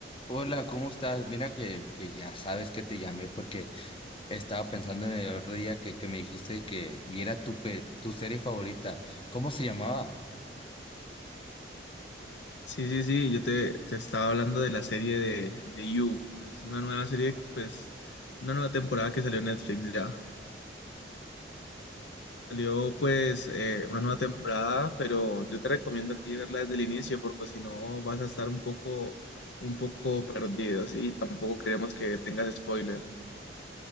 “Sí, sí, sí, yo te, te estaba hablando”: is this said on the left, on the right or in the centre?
Left